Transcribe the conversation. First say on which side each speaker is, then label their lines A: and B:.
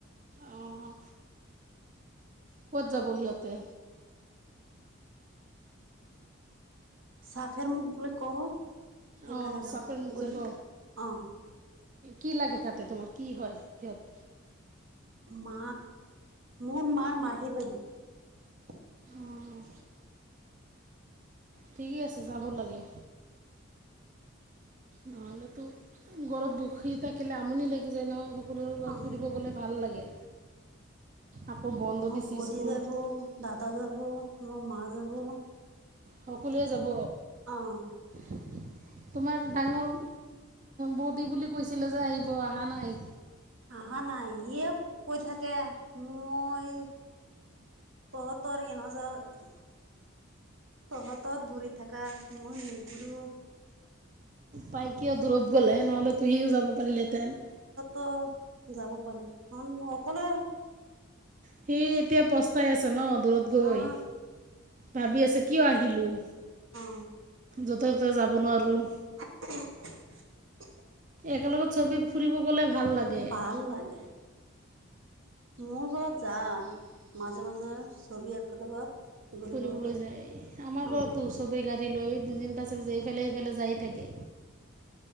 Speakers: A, on the right (about 40°); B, on the right (about 75°).
A: অঁ ক'ত যাব সিহঁতে?
B: চাফেৰ মুখ বুলি কওঁ সেইকাৰণে
A: অঁ
B: যাব
A: চাপৰমুখ
B: গুৰুৰ
A: যাব
B: অ।
A: কি লাগে তাতে তোমাৰ কি হয় সিহঁত।
B: মা মোৰ মাৰ মাহিৰ বাৰী। <unintelligible>
A: অঁ ঠিকেই আছে যাব লাগে। নহ'লেতো ঘৰত বখি থাকিলে আমনি লাগি যায় নহয়। ফুলৰ গছ
B: অ
A: ফুৰিব গ'লে ভাল লাগে। আকৌ বন্ধ
B: মোক
A: দিছে
B: বদি
A: স্কুল
B: যাব, দাদা যাব, মোৰ মা যাব, -
A: সকলোৱে যাব।
B: অহঁ।
A: <unintelligible> তোমাৰ ডাঙৰ বৌদী বুলি কৈছিলে যে আহিব অহা নাই।
B: অহা নাই সিয়ে কৈ থাকে মই- তহঁতৰ এন <unintelligible> তহঁতত ঘুৰি থকা মই নুঘূৰোঁ।
A: তাই কিয় দূৰত গ'লে নহ'লে তু হিও যাব পাৰিলেহেতেন।
B: ত যাব পাৰি কাৰন অকলে-
A: সি এতিয়া পস্তাই আছে। ন দূৰত গৈ।
B: অ
A: ভাবি আছে কিয় আহিলোঁ।
B: অ
A: যতে ততে যাব নোৱাৰোঁ।
B: <unintelligible>
A: একেলগত চবে ফুৰিব গ'লে ভাল লাগে।
B: ভাল লাগে মোৰ ঘৰত যা মাজে মাজে চবে একেলগত। ঘূৰিব
A: ফুৰিবলৈ
B: যা
A: যায় আমাৰ
B: অ
A: ঘৰতো চবে গাড়ী লৈ দুদিন পাছে পাছে এইফালে- যাই থাকে।